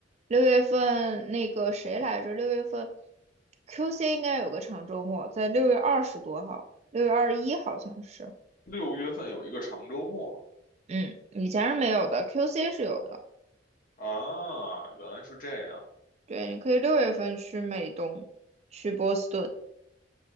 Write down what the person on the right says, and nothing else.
六月份那个谁来着？六月份 QC 应该有个长周末，在六月二十多号，六月二十一好像是，
嗯，以前是没有的，QC 是有的。
对，你可以六月份去美东，去波士顿，